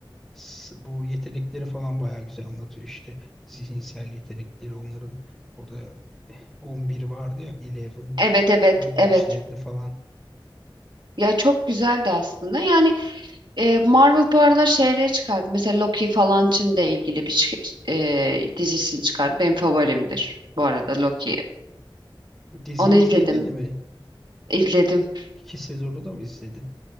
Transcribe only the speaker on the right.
Evet evet
evet.
Ya çok güzeldi aslında. Yani e, Marvel bu aralar şeyleri çıkardı. Mesela Loki falan için de ilgili bir çık- e, dizisini çıkardı. Benim favorimdir bu arada Loki.
Onu
izledim.
İzledim.